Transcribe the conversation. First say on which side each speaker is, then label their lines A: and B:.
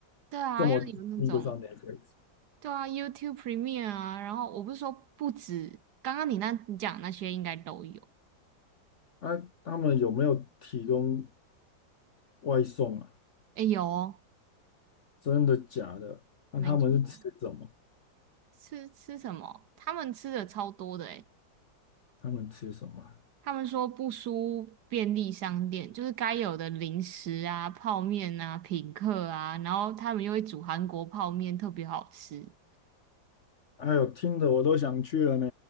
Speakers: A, on the right; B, on the left.
A: 对啊，
B: 这么那个上面。
A: 要有那种
B: Netflix。
A: 对啊，YouTube Premium 啊，然后我不是说不止，刚刚你那你讲那些应该都有。
B: 啊，他们有没有提供外送啊？
A: 哎，有哦，
B: 真的假的？那、
A: 没错。
B: 他们是吃什么？
A: 吃吃什么？他们吃的超多的诶
B: 他们吃什么啊？
A: 他们说不输便利商店，就是该有的零食啊、泡面啊、品客啊，然后他们又会煮韩国泡面，特别好吃，
B: 哎呦，听得我都想去了呢。